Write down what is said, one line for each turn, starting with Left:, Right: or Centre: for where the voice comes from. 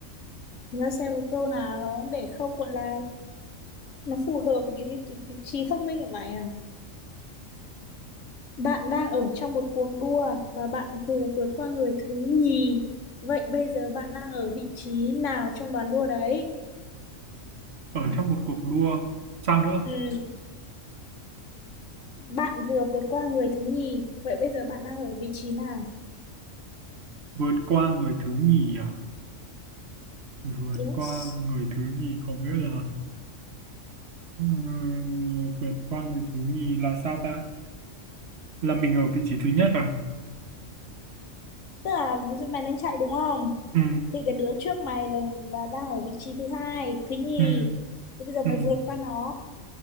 Left: để tao xem một câu nào đó để không gọi là nó phù hợp với cái, cái, cái trí thông minh của mày à bạn đang ở trong một cuộc đua và bạn vừa vượt qua người thứ nhì vậy bây giờ bạn đang ở vị trí nào trong đoàn đua đấy
Right: ở trong một cuộc đua sao nữa
Left: ừ. bạn vừa vượt qua người thứ nhì vậy bây giờ bạn đang ở vị trí nào
Right: vượt qua người thứ nhì à vượt
Left: yes
Right: qua người thứ nhì có nghĩa là ừm, vượt qua người thứ nhì là sao ta là mình ở vị trí thứ nhất à
Left: tức là ví dụ mày đang chạy đúng không
Right: ừ
Left: thì cái đứa trước mày là là đang ở vị trí thứ hai thứ nhì
Right: ừ
Left: Thế bây giờ
Right: ừ
Left: mày vượt qua nó